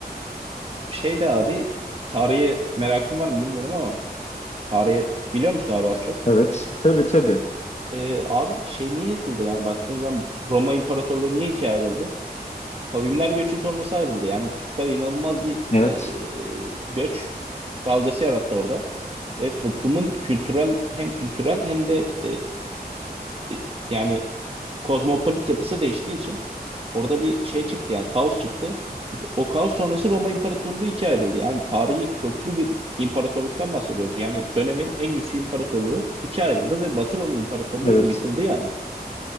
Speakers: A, on the right (about 35°); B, on the left (about 40°).
A: şey de abi tarihe merakın var mı bilmiyorum ama tarihe biliyor musun abi az çok?
B: Evet. Tabii tabii.
A: Ee, abi şey niye yıkıldı yani baktığın zaman Roma İmparatorluğu niye ikiye ayrıldı? Kavimler göçü sonrası ayrıldı. Yani Türkler inanılmaz bir
B: Evet.
A: e, göç dalgası yarattı orada. Ve toplumun kültürel hem kültürel hem de e, yani kozmopolit yapısı değiştiği için orada bir şey çıktı yani kaos çıktı. İşte O kaos sonrası Roma İmparatorluğu ikiye ayrıldı. Yani tarihi köklü bir imparatorluktan bahsediyoruz. Yani dönemin en güçlü imparatorluğu ikiye ayrıldı ve Batı Roma İmparatorluğu
B: Evet.
A: yıkıldı yani.